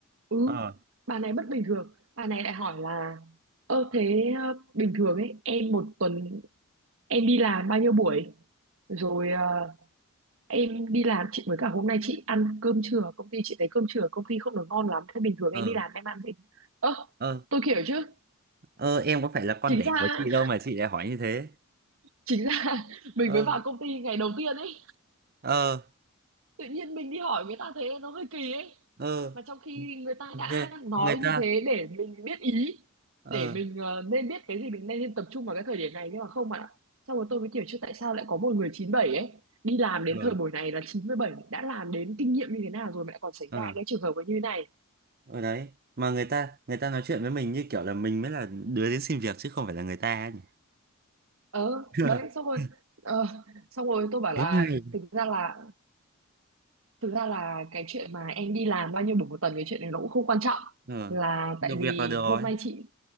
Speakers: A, on the right; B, on the right.
A: Ừ,
B: ờ
A: bà này bất bình thường. Bà này lại hỏi là Ơ thế ờ, bình thường ấy, em một tuần em đi làm bao nhiêu buổi? Rồi ờ, em đi làm chị với cả hôm nay chị ăn cơm trưa ở công ty chị thấy cơm trưa ở công ty không được ngon lắm thế bình thường
B: ờ
A: em đi làm em ăn gì ơ
B: ờ
A: tôi kiểu chứ
B: Ờ em có phải là con
A: chính
B: đẻ
A: ra
B: của chị đâu mà chị lại hỏi như thế.
A: chính ra <laughs> mình
B: Ờ
A: mới vào công ty ngày đầu tiên ấy
B: ờ
A: tự nhiên mình đi hỏi người ta thế nó hơi kỳ ấy
B: ờ
A: mà trong khi người ta đã
B: Ghê.
A: nói
B: Người
A: như
B: ta
A: thế để mình biết ý
B: ờ
A: để mình ờ, nên biết cái gì mình nên, nên tập trung vào cái thời điểm này nhưng mà không bạn ạ xong rồi tôi mới kiểu chứ tại sao lại có một người chín bảy ấy đi làm đến
B: ờ
A: thời buổi này là 97 đã làm đến kinh nghiệm như thế nào rồi mà lại còn xảy
B: ờ
A: ra cái trường hợp như thế này
B: ở đấy mà người ta người ta nói chuyện với mình như kiểu là mình mới là đứa đến xin việc chứ không phải là người ta ấy nhỉ.
A: ờ
B: <laughs>
A: đấy xong rồi ờ, xong rồi tôi bảo là
B: Thế mới hay.
A: thực ra là thực ra là cái chuyện mà em đi làm bao nhiêu buổi một tuần cái chuyện này nó cũng không quan trọng
B: Ờ
A: là
B: được
A: tại vì
B: việc là được rồi.
A: hôm nay chị